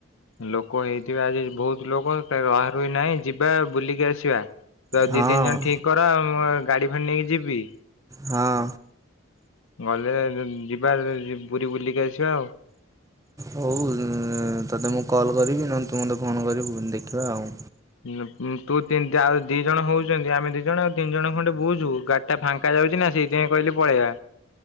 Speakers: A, on the left; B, on the right.
A: ଲୋକ ହେଇଥିବେ ଆଜି ବହୁତ ଲୋକ, ତ ରହା ରୁହି ନାହିଁ ଯିବା ବୁଲିକି ଆସିବା। ତୁ ଆଉ
B: ହଁ
A: ଦି ତିନି ଜଣ ଠିକ୍ କର, ମୁଁ ଗାଡି ଫାଡି ନେଇକି ଯିବି।
B: ହଁ।
A: ଗଲେ, ଯିବା ପୁରୀ ବୁଲିକି ଆସିବା ଆଉ।
B: ହଉ ତତେ ମୁଁ କଲ୍ କରିବି, ନହେଲେ ତୁ ମୋତେ ଫୋନ କରିବୁ, ଦେଖିବା ଆଉ।
A: ଉଁ-ଉଁ ତୁ ତିନ ଦା ଦି ଜଣ ହଉଛନ୍ତି, ଆମେ ଦି ଜଣ ଆଉ ତିନି ଜଣ ଖଣ୍ଡେ ବୁଛୁ ଗା ଟା ଫାଙ୍କା ଯାଉଛି ନା, ସେଇଥିପାଇଁ କହିଲି ପଳେଇବା।